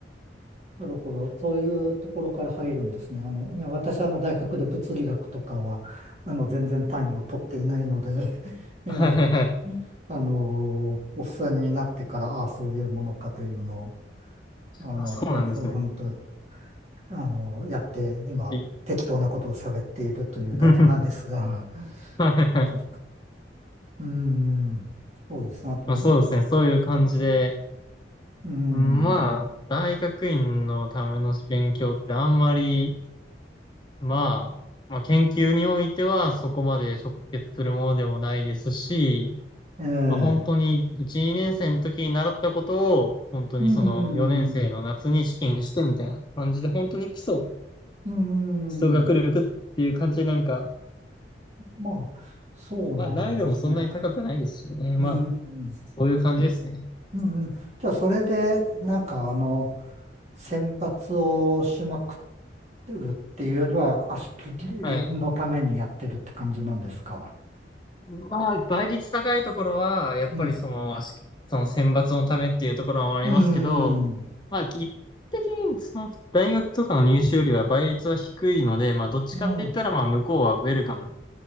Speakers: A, on the right; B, on the left.
A: なるほど。そういうところから入るんですね。あの、いや、私、あの、大学で物理学とかは、あの、全然単位を取っていないので、<laughs> ええ、
B: はいはいはいはい。
A: あの、おっさんになってから、ああ、そういうものかというのを、あの、
B: あ、そうなんですね。
A: ふんふんふんと、あの、やって、今、
B: び
A: 適当なことを喋っているというだけなんですが、
B: <laughs>
A: <laughs>
B: <laughs> はいはいはい。
A: ええうん、そうですね。あと、
B: まあ、そうですね。そういう感じで。
A: うん、
B: うんまあ、大学院のための勉強ってあんまり、まあ、まあ、研究においてはそこまで直結するものでもないですし、
A: ええ、
B: まあ、本当に1、2年生の時に習ったことを、本当にその4年生の夏に試験してみたいな感じで、
A: うん、
B: 本当に基礎、
A: うん、
B: 基礎学力っていう感じでなんか、
A: まあ、そうなんですね。
B: まあ、難易度もそんなに高くないですしね。
A: うん、
B: まあ、
A: う
B: そういう感じですね。
A: ん、うん。じゃあ、それで、なんか、あの、選抜をしまくってるっていうよりは、足切りのためにやってるって感じなんですか。
B: はい。まあ、倍率高いところは、やっぱりその、
A: うん、
B: 足その選抜のためっていうところもありますけど、
A: うん、
B: まあ、一般的にその大学とかの入試よりは倍率は低いので、まあ、どっちかって言ったら、
A: うん。
B: まあ、向こうはウェルカム。